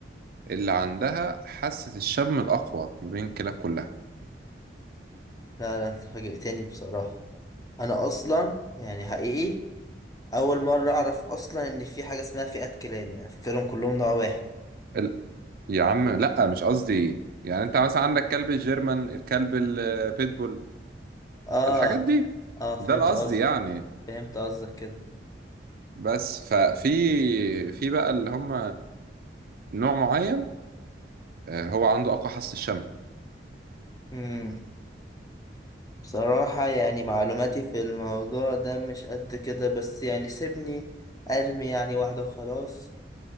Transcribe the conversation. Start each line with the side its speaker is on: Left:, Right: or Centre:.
Right: اللي عندها حاسة الشم الاقوى ما بين الكلاب كلها
Left: لا لا انت فاجئتني بصراحة انا اصلا يعني حقيقي اول مرة اعرف اصلا ان في حاجة اسمها فئات كلاب يعني فاكرهم كلهم نوع واحد
Right: ال... يا عم لا مش قصدي يعني انت مثلا عندك كلب الجيرمان الكلب البيتبول
Left: اه
Right: الحاجات دي
Left: اه فهمت
Right: ده القصد
Left: قصدك
Right: يعني
Left: فهمت قصدك كده
Right: بس ففي في بقى اللي هم نوع معين آه، هو عنده اقوى حاسة الشم
Left: امم بصراحة يعني معلوماتي في الموضوع ده مش قد كده بس يعني سيبني أرمي يعني واحدة خلاص